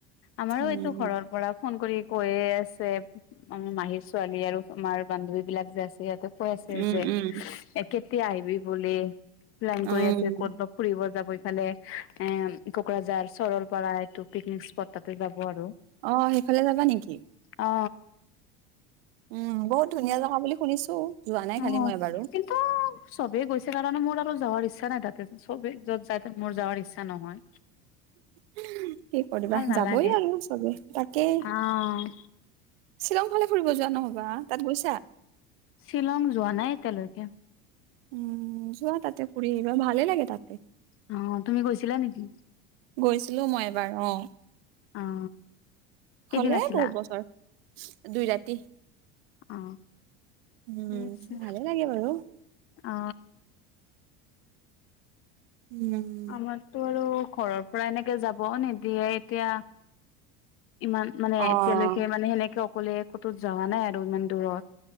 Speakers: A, on the left; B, on the right.
A: আমাৰো
B: উম
A: এইটো ঘৰৰ পৰা ফোন কৰি কৈয়ে আছে, আমাৰ মাহীৰ ছোৱালী আৰু আমাৰ বান্ধৱী বিলাক যে আছে সিহঁতে কৈ আছে
B: উম
A: যে,
B: উম
A: এ কেতিয়া আহিবি বুলি, প্লেন
B: উম
A: কৰি আছে ক'ত ফুৰিব যাব, ইফালে এ কোকৰাঝাৰ, চৰলপাৰা এইটো পিকনিক স্পট তাতে যাব আৰু।
B: অ, সেইফালে যাবা নেকি!
A: অ।
B: উম, বহুত ধুনীয়া জাগা বুলি শুনিছো, যোৱা নাই
A: অ',
B: খালি মই এবাৰো।
A: কিন্তু চবেই গৈছে কাৰণে মোৰ আৰু যাৱাৰ ইচ্ছা নাই তাতে, চবে য'ত যায় মোৰ যাৱাৰ ইচ্ছা নহয়।
B: কি কৰিবা,
A: ভাল নালাগে
B: যাবই আৰু চবে, তাকেই।
A: অ',
B: শ্বিলং ফালে ফুৰিব যোৱা নহ'বা! তাত গৈছা?
A: শ্বিলং যোৱা নাই এতিয়ালৈকে
B: উম, যোৱা তাতে ফুৰি আহিবা, ভালে লাগে তাতে।
A: অ, তুমি গৈছিলা নেকি?
B: গৈছিলো মই এবাৰ অ।
A: অ কেইদিন
B: হলে
A: আছিলা?
B: বহুত বছৰ, দুই ৰাতি।
A: অ
B: উম,
A: ঠিক আছে
B: ভালে লাগে বাৰু
A: অ।
B: উম।
A: আমাকটো আৰু ঘৰৰ পৰা এনেকে যাব নিদিয়ে এতিয়া ইমান মানে
B: অ',
A: এতিয়ালৈকে মানে সেনেকে অকলে ক'তো যাৱা নাই আৰু ইমান দূৰত,